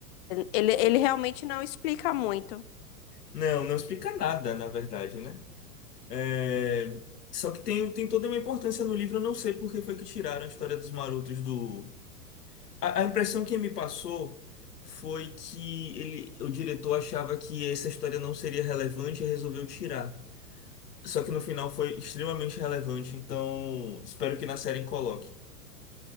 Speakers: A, on the left; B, on the left.
A: Ele, ele realmente não explica muito.
B: Não, não explica nada, na verdade, né? É, Só que tem, tem toda uma importância no livro, eu não sei por que foi que tiraram a história dos marotos do. A, a impressão que me passou foi que ele, o diretor achava que essa história não seria relevante e resolveu tirar. Só que no final foi extremamente relevante, então espero que na série coloque.